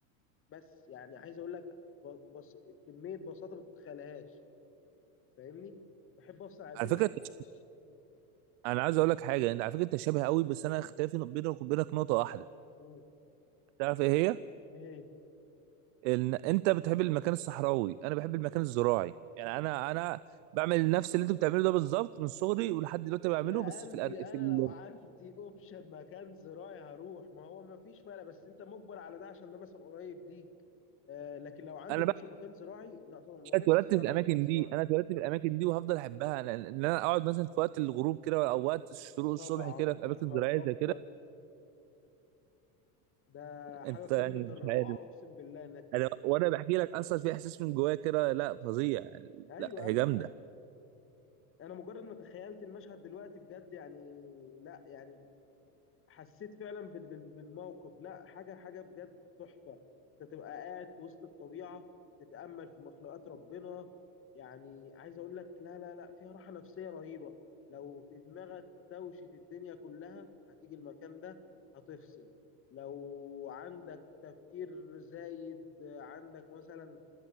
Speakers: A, on the left (about 25°); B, on the right (about 55°).
A: بس يعني عايز اقول لك ب- بص كمية بساطة ما تتخيلهاش فاهمني بحب افصل على الدنيا
B: على فكره
A: <laughs>
B: أنت-
A: كلها. م-
B: انا عايز اقول لك حاجه انت على فكره انت شبه قوي بس انا اختلافي بينك وبينك نقطه واحده
A: م.
B: تعرف ايه هي
A: ايه هي
B: إن انت بتحب المكان الصحراوي انا بحب المكان الزراعي يعني انا انا بعمل نفس اللي انت بتعمله ده بالظبط من صغري ولحد دلوقتي بعمله
A: يا
B: بس
A: قلبي
B: في الأر...
A: انا
B: في ال...
A: لو عندي اوبشن مكان زراعي هروح ما هو ما فيش فرق بس انت مجبر على ده عشان ده مثلا قريب ليك آه لكن لو عندي
B: انا
A: اوبشن
B: بقى
A: مكان زراعي لا طبعا ما
B: مش
A: اقدرش
B: اتولدت
A: استغنى
B: في الاماكن
A: عن المكان الزراعي
B: دي انا اتولدت في الاماكن دي وهفضل احبها أنا- ان انا اقعد مثلا في وقت الغروب كده او وقت الشروق الصبح
A: طبعا
B: كده في
A: يا
B: اماكن
A: نهار
B: زراعيه زي
A: ابيض
B: كده
A: ده حاجه
B: انت
A: قمه
B: يعني مش
A: الروعه
B: عارف
A: اقسم بالله انك ت...
B: انا وانا بحكي لك اصلا في احساس من جوايا كده لا فظيع
A: ايوه
B: لا هي
A: ايوه
B: جامده
A: ايوه انا مجرد ما تخيلت المشهد دلوقتي بجد يعني لا يعني حسيت فعلا بال- بال- بالموقف لا حاجه حاجه بجد تحفه انت تبقى قاعد في وسط الطبيعه تتامل في مخلوقات ربنا يعني عايز اقول لك لا لا لا فيها راحه نفسيه رهيبه لو في دماغك دوشه الدنيا كلها هتيجي المكان ده هتفصل لو عندك تفكير زايد عندك مثلا